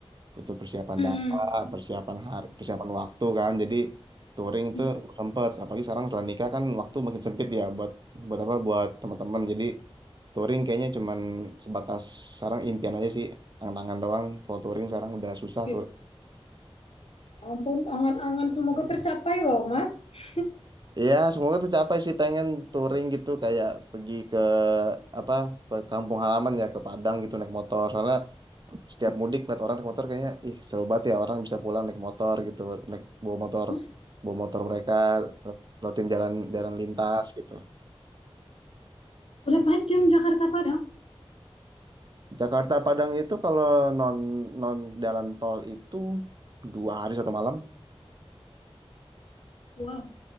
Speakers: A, on the right (about 45°); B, on the left (about 65°).
A: butuh persiapan
B: Mm-mm.
A: data, persiapan hari, persiapan waktu kan. Jadi touring
B: Mm.
A: tuh sempet. Apalagi sekarang setelah nikah kan waktu makin sempit ya buat buat apa buat teman-teman. Jadi touring kayaknya cuman sebatas sekarang impian aja sih, angan-angan doang. Kalau touring sekarang udah susah
B: Yuk, ampun, angan-angan semoga tercapai loh, Mas. <laughs>
A: Ya, semoga tercapai sih pengen touring gitu kayak pergi ke apa ke kampung halaman ya ke Padang gitu naik motor. Soalnya setiap mudik lihat orang naik motor kayaknya ih seru banget ya orang bisa pulang naik motor gitu, naik bawa motor
B: Hah?
A: bawa motor mereka lewatin jalan jalan lintas gitu.
B: Berapa jam Jakarta Padang?
A: Jakarta Padang itu kalau non non jalan tol itu dua hari satu malam.
B: Wow,